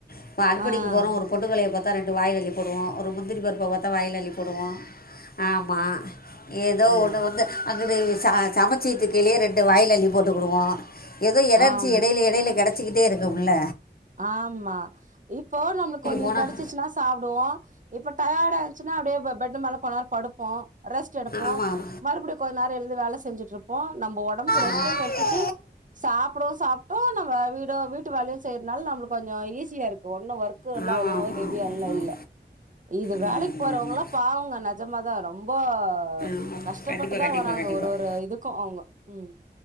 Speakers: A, on the left; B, on the right.
A: இப்போ அடிப்படிக்கு
B: ஆஹ்
A: போறோ ஒரு பொட்டுக்கல்லயப் பாத்தா ரெண்டு வாயில அள்ளிப் போடுவோ ஒரு முந்திரி பருப்ப பாத்தா வாயில அள்ளிப் போடுவோ ஆமா ஏதோ
B: ஆஹ்
A: ஒண்ணு வந்து அங்குட்டு ச சமைச்சிட்டுயிருகையிலே ரெண்டு வாயில அள்ளி போட்டுகிடுவோ ஏதோ எனர்ஜி
B: ஆமா
A: எடையில கெடச்சிகிட்டே இருக்குமுல்ல
B: ஆமா இப்போ நம்முளுக் கொஞ்ச
A: போனால்
B: கெடச்சிச்சுனா சாப்டுவோ இப்ப டயார்டா ஆச்சுனா அப்டே ப்ப பெட் மேல கொன்நேர படுப்போ ரெஸ்ட் எடுப்போ
A: ஆமாம்
B: மறுபுடியு கொஞ்ச நேர எழுந்து வேல செஞ்சுட்ருப் போ நம்ப ஒடம்புக்கு ரெஸ்டு
A: ஆமாம் ஆ
B: கெடைச்சிச்சு
A: ஆ
B: சாப்புடவு சாப்ட்டோ நம்ப வீடு வீட்டு வேலயு செய் நம்ளு கொஞ்சோ ஈஸியா இருக்கு ஒன்னு ஒர்க் ஒல்லா
A: ஆமாம்
B: அவ்ளோ
A: ஆமாம்
B: ஹெவியால்
A: ஆமாம்
B: இல்ல
A: ஆமாம்
B: இல்ல இது
A: இல்லை
B: வேலைக்
A: இல்லை
B: போறவங்கலா
A: இல்லை
B: பாவங்க நஜமாதா ரொம்ப ஆ
A: ஆமாம்
B: கஷ்டபட்டுதா
A: கண்டிப்பாக கண்டிப்பாக
B: வராங்க
A: கண்டிப்பாக
B: ஒரு ஒரு இதுக்கு அவுங்க உம்